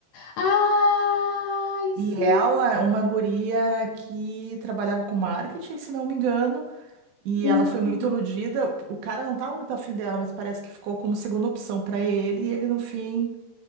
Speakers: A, on the left (about 75°); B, on the right (about 75°).
A: Ai,
B: E
A: sim,
B: ela, é uma guria que trabalhava com marketing, se não me engano, e
A: sim.
B: ela foi muito iludida. O cara não estava muito afim dela, mas parece que ficou como segunda opção para ele. E ele, no fim,